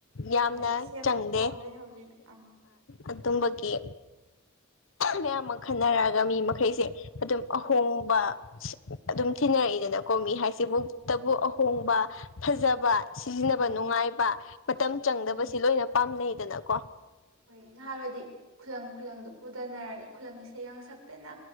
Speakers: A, on the left; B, on the right.
A: ꯌꯥꯝꯅ
B: ꯍꯣꯏ ꯁꯦꯞ
A: ꯆꯪꯗꯦ
B: ꯇꯧꯔ ꯂꯩꯍꯧꯋꯦꯅ ꯑꯪ
A: ꯑꯗꯨꯝꯕꯒꯤ ꯃꯌꯥꯝ ꯑꯃ ꯈꯟꯅꯔꯛꯑꯒ ꯃꯤ ꯃꯈꯩꯁꯦ ꯑꯗꯨꯝ ꯑꯍꯣꯡꯕ
B: ꯑꯪ
A: ꯑꯗꯨꯝ ꯊꯤꯅꯔꯛꯏꯗꯅ ꯀꯣꯃꯤ ꯍꯥꯏꯁꯤꯕꯨꯛꯇꯕꯨ ꯑꯍꯣꯡꯕ ꯐꯖꯕ ꯁꯤꯖꯤꯟꯅꯕ
B: ꯎꯝ
A: ꯅꯨꯡꯉꯥꯏꯕ ꯃꯇꯝ ꯆꯪꯗꯕꯁꯤ
B: ꯎꯝ
A: ꯂꯣꯏꯅ ꯄꯥꯝꯅꯩꯗꯅꯀꯣ
B: ꯍꯣꯏ ꯅꯍꯥꯟꯋꯥꯏꯗꯤ ꯈꯨꯂꯪ ꯈꯨꯂꯪꯗꯨ ꯄꯨꯗꯅꯔꯒ ꯈꯨꯂꯪ ꯏꯁꯩ ꯌꯥꯡ ꯁꯛꯇꯅ